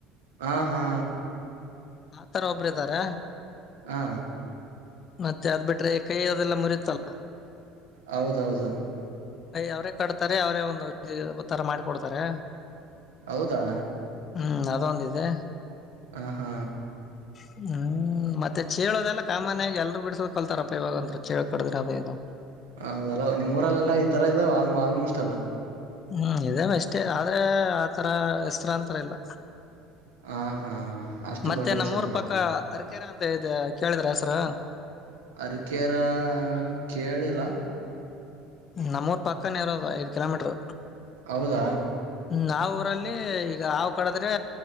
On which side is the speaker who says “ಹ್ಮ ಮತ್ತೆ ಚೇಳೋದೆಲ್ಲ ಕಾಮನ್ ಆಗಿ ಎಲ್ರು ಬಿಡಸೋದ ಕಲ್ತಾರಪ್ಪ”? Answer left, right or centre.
Left